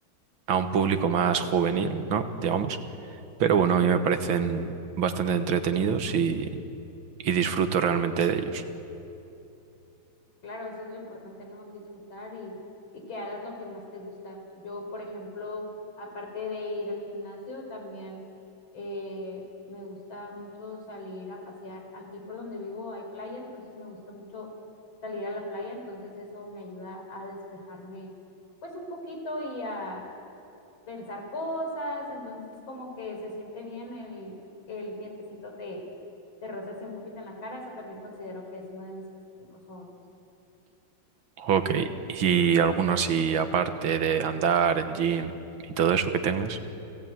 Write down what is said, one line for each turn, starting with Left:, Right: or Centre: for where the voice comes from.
Right: a un público más juvenil, ¿no? Digamos. Pero
Left: Ujú.
Right: bueno, a mí me parecen bastante entretenidos y, y disfruto realmente de ellos.
Left: Claro, eso es lo importante, ¿no? Disfrutar y, y que hagas lo que más te gusta. Yo, por ejemplo, aparte de ir al gimnasio, también eh, me gusta mucho salir a pasear. Aquí por donde vivo hay playa, entonces me gusta mucho salir a la playa, entonces eso me ayuda a despejarme pues un poquito y a pensar cosas, entonces como que se siente bien el, el vientecito te, te roza así un poquito en la cara, eso también considero que es uno de mis pasatiempos favoritos.
Right: Ok, ¿y alguno así aparte de andar, el gym y todo eso que tengas?